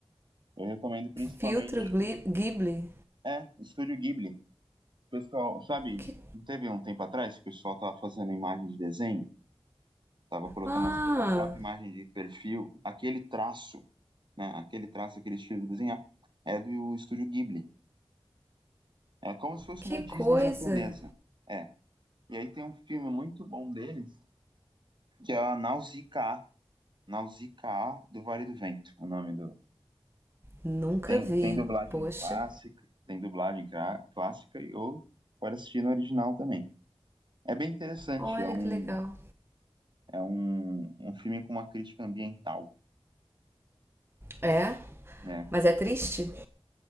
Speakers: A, on the right; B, on the right.
A: Eu recomendo principalmente.
B: filtro Ghibli.
A: É, Estúdio Ghibli. Pessoal, sabe,
B: Que...
A: não teve um tempo atrás que o pessoal tava fazendo imagem de desenho? Tava colocando
B: Ah,
A: as- a própria imagem de perfil, aquele traço, né? Aquele traço, aquele estilo de desenhar, é do Estúdio Ghibli. É como se fosse
B: que
A: uma Disney
B: coisa.
A: japonesa. É. E aí tem um filme muito bom deles, que é a Nausicaa, Nausicaa do Vale do Vento, o nome do.
B: Nunca
A: Tem,
B: vi.
A: tem dublagem
B: Poxa,
A: clássica, tem dublagem cra- clássica e ou pode assistir no original também. É bem interessante,
B: olha
A: é um,
B: que legal.
A: é um, um filme com uma crítica ambiental,
B: É?
A: né?
B: Mas é triste?